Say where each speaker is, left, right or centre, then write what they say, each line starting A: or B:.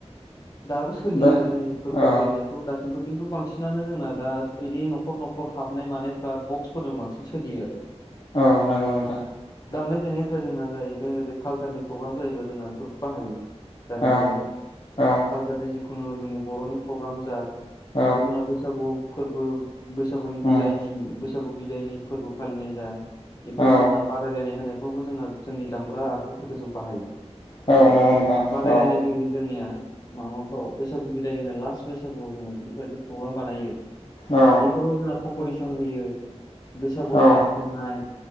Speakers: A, on the left (about 35°); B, on the left (about 55°).
A: दाबो सोलियो
B: दा
A: जोंनि फोरबो
B: औ
A: फालिनायफ्राव दासि खुथु खिन्थु बांसिनानो जोंना दा बिदि न'खर न'खर हाबनाय मानायफ्रा बक्सफोरजों बांसिन सोलियो आरो
B: औ नंगौ नोंथां
A: दामनाय देनायफ्रा जोंना जाहैबाय ओरै कालसारनि प्रग्राम जायोबब्ला जोंना बेफोरखौ बाहायो दानि
B: औ
A: जुगावहाय
B: औ
A: खलसारनि जि जिखुनु जोंनि बर'नि प्रग्राम जा
B: औ
A: ब जोंना बैसागु फोरबो बैसागुनि
B: उम
A: बिदायनि बैसागु बिदायनि फोरबो फालिनाय जा बेफोराव
B: औ
A: जोंनो बादायलायनाय होनाय खौबो जोंङो जोंनि दामग्रा आगजुफोरखौ जों बाहायो
B: औ
A: जेरै
B: नंगौ नोंथां
A: बादायलायनाय
B: औ
A: होयो जोंनिया माबाफ्राव बैसागु बिदाय होनाय <inaudible> बैसागुआव जों बेफोरबायदि प्रग्राम बानायो
B: औ
A: एफोराव कम्पिटिसन होयो बैसागु
B: औ
A: गान खननाय